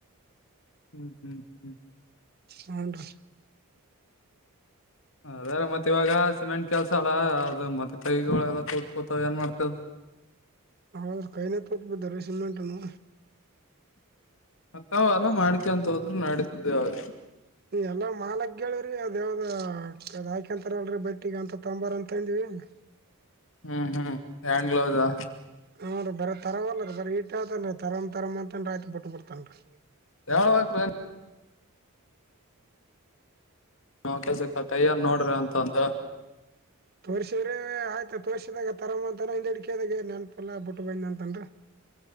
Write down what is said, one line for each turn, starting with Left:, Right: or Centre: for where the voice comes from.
Left: ಹ್ಮ್ ಹ್ಮ್ ಹ್ಮ್
Right: ಹನ್ರರಿ
Left: ಅದ್ರ ಮತ್ತತ್ ಇವಾಗ ಸಿಮೆಂಟ್ ಕೆಲ್ಸ ಅಲ್ಲ ಅದು ಮತ್ತೆ ಕೈಗಳ ಎಲ್ಲ ತೂತ ಬಿಳತಾವ ಏನ್ ಮಾಡ್ತದ
Right: ಹ್ರ ಕೈನ ತೋತ್ ಬಿದ್ದಾರೆ ಸಿಮೆಂಟ್ನು
Left: ಮತ್ತಾವ ಅಲ್ಲ ಮಾಡಿಕೆಂತ ಹೋದ್ರರು ನಡೀತದೆ ಯಾವಾಗ
Right: ಎಲ್ಲ ಮಾಲಕ್ ಹೇಳಿವ್ರಿ ಅದ ಯಾವ್ದ ಕ ಹಾಕಂತಾರ ಅಲ್ರಿ ಬಟ್ಟಿಗ ಅಂತ ತೊಂಬಾರ ಅಂತಂದಿವವಿ ಯಂಗ
Left: ಹ್ಮ್ ಹ್ಮ್ ಹ್ಯಾಂಡ್ ಗ್ಲೌಸಾ
Right: ಹನ್ ರ್ರಿ ಬರ ತರ್ ಅಲ್ಲರ ಬರಿೀ ಇಟ ಅನ್ರಿ ತರ್ ತರಂ ಅಂತೇನ್ ಆಯತು ಬಿಟ್ಟು ಬಿತನ್ರಿ
Left: ಹೇಳಬೇಕ್ರಿ ನಾವ್ ಕೆಲ್ಸಕ್ಕ ಕಯ್ಯ ನೋಡ್ರಿ ಅಂತ ಅಂದ
Right: ತೋರ್ಸ್ರಿದ ಆಯ್ತು ತೋರ್ಸಿದಾಗ ತರ ಅಂತಾನ ಹಿಂದ ಹಿಡಿಕಿದಾಗ ನೆನಪಲ್ಲ ಬಿುಟ್ಟು ಬಂದ ಅಂತನ್ರ